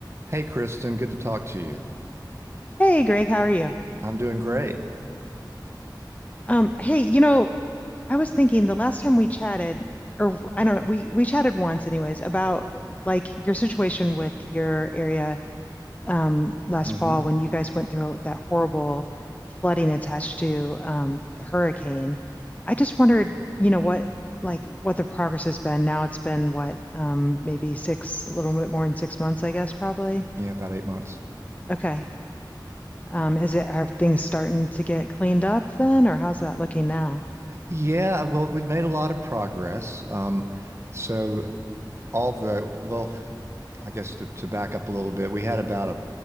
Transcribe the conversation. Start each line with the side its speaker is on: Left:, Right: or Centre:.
Right: Hey, Kristen, good to talk to you.
Left: Hey Greg, how are you?
Right: I'm doing great.
Left: Um, hey, you know, I was thinking the last time we chatted, or I don't know, we we chatted once anyways about like your situation with your area um last
Right: hmm
Left: fall when you guys went through that horrible flooding attached to um the hurricane. I just wondered, you know, what like what the progress has been. Now it's been what, um maybe six, a little bit more than six months, I guess, probably.
Right: Yeah, about eight months.
Left: Okay. Um, is it are things starting to get cleaned up then, or how's that looking now?
Right: Yeah, well, we've made a lot of progress. Um, so all the, well, I guess to, to back up a little bit, we had about a